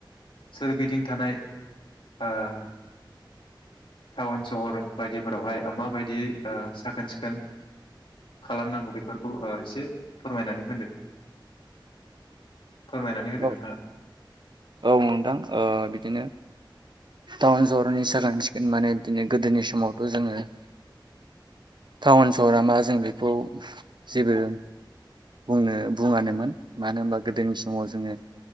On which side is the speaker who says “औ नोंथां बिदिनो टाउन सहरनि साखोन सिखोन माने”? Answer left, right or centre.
Right